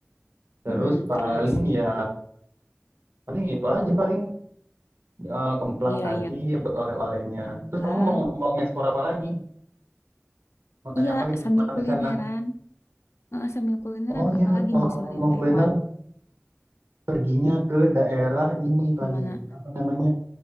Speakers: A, on the right; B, on the left.
A: Terus
B: Mm,
A: paling
B: terasi.
A: ya paling itu aja paling eh, kemplang
B: Iya,
A: tadi
B: iya,
A: ya buat oleh-olehnya.
B: kemplang.
A: Terus kamu mau mau ngeksplor apa lagi? Mau tanya
B: Iya,
A: apa gitu
B: sambil
A: makan
B: kulineran.
A: di sana?
B: Heeh, sambil kulineran,
A: Oh
B: apalagi
A: ya, kalau
B: nih
A: kamu
B: selain
A: mau
B: tewan.
A: kuliner perginya ke daerah ini
B: Kemana?
A: paling apa namanya